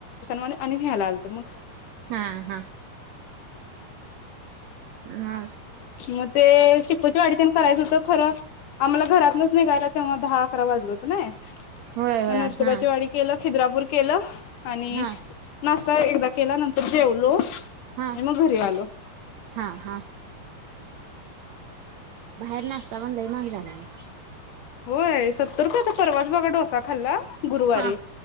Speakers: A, on the left (about 65°); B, on the right (about 85°).
A: आणि न्यायला आलत मग.
B: हा हा मा
A: मग ते चिकुची वाडी तेन करायचं हुतं खरं आम्हाला घरातनच निघायला तेव्हा दहा अकरा वाजल हुतं नाय
B: होय होय
A: मग नरसोबाची
B: हा
A: वाडी केलं खिद्रापूर केलं आणि
B: हा
A: नाश्ता एकदा केला नंतर जेवलो
B: हा
A: आणि मग घरी आलो
B: हा हा. बाहेर नाश्ता पण लाई महाग झालाय.
A: होय सत्तर रुपयाचा परवाच बघा डोसा खाल्ला गुरुवारी
B: हा